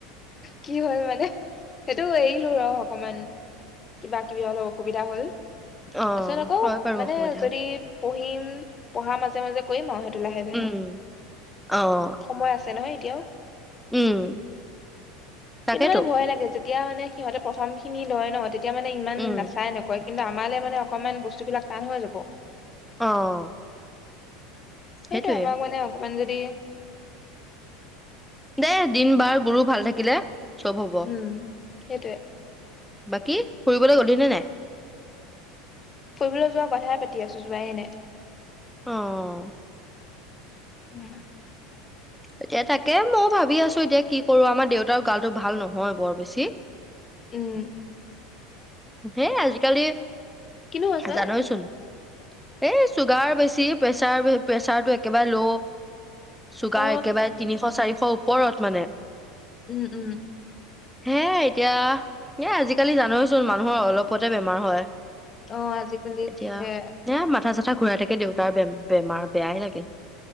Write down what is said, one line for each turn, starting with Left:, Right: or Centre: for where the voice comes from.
Left: কি হ'ল মানে সেইটো এৰিলো ৰ। অকমান কিবা, কিবি অলপ অসুবিধা হ'ল।
Centre: অ,
Left: তাৰপিছত আকৌ
Centre: হয়, বাৰু
Left: মানে
Centre: অসুবিধা।
Left: যদি পঢ়িম, পঢ়া, মাজে, মাজে কৰিম আৰু সেইটো লাহে, লাহে।
Centre: উম, অ',
Left: সময় আছে নহয় এতিয়াও
Centre: উম, তাকেতো।
Left: কিন্তু মানে ভয় লাগে যে তিয়া মানে সিহঁতে প্ৰথম খিনি লয়, ন, তেতিয়া মানে ইমান
Centre: উম,
Left: নাচাই নকয়। কিন্তু আমালে মানে অকমান বস্তুবিলাক টান হৈ যাব।
Centre: অ'।
Left: সেইটো
Centre: সেইটোয়ে।
Left: আমাক মানে অকমান যদি
Centre: দেই দিন বাৰ গুৰু ভাল থাকিলে সব হ'ব।
Left: উম, সেইটোৱে।
Centre: বাকী ফুৰিবলৈ গলিনি নে নাই।
Left: ফুৰিবলৈ যোৱা কথাই পাতি আছো যোৱায়েই নাই।
Centre: অ,
Left: উম
Centre: এতিয়া তাকে ময়ও ভাবি আছো, এতিয়া কি কৰো। আমাৰ দেউতাৰ গালটো ভাল নহয় বৰ বেছি।
Left: উম,
Centre: হেই, আজিকালি
Left: কিনো হৈছে
Centre: জানইচোন। এই চুগাৰ বেছি, প্ৰেছাৰ-প্ৰেছাৰটো একেবাৰে ল, চুগাৰ
Left: অ
Centre: একেবাৰে, তিনিশ চাৰিশ ওপৰত মানে।
Left: উম, উম,
Centre: হে এতিয়া এ, আজিকালি জানোচোন মানুহৰ অলপতে বেমাৰ হয়।
Left: অ, আজিকালি
Centre: এতিয়া
Left: যিহে
Centre: এ, মাথা-চাথা ঘূৰাই থাকে দেউতাৰে বে-বেমাৰ বেয়াই লাগে।